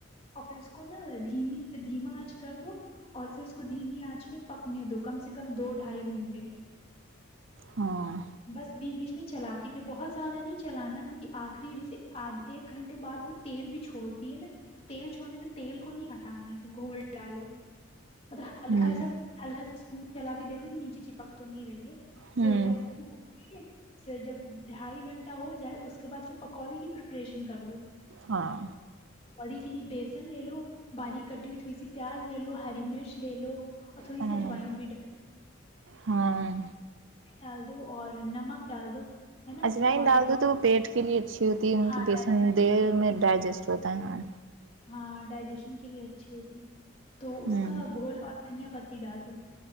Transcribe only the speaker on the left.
اور پھر اس کو نا دھیمی پ دھیما آنچ کر دو اور پھر اس کو دھیمی آنچ میں پکنے دو کم سے کم دو ڈھائی گھنٹے
بس بیچ بیچ میں چلاتی بہت زیادہ نہیں چلانا کیونکہ آخری جیسے آدھ ایک گھنٹے بعد وہ تیل بھی چھوولتی ہے نا تو تیل چھوولنے میں تیل کو نہیں ہٹانا ہے کہ گھول ڈالو مط ہلکا
سا ہلکا سا تم چلا کے دیک لو کہ نیچے چپک تو نہیں رہی ہے
کے پھر جب ڈھائی گھنٹہ ہو جائے اس کے بعد پھر پکوڑی کی پریپریشن کر لو
ہلدی کے لیے بیسن لے لو باریک کٹی ہوئی تھوڑی سی پیاز لے لو ہری مرچ لے لو اور تھوڑی
سی اجوائن بھی ڈ <unintelligible>
انی ڈال دو اور نمک ڈال دو <unintelligible>
اور
ہاں
ڈائجیشن
کے لیے
ہاں
ہاں ڈائجیشن کے لیے اچھی ہوتی تو اس
کا گھول اور دھنیا پتی ڈال دو